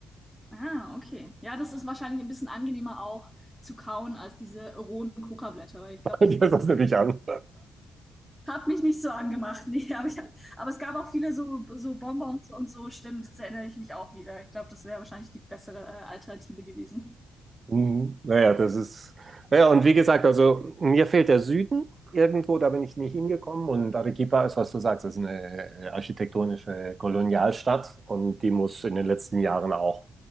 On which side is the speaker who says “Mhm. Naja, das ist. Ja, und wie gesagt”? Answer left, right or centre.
Right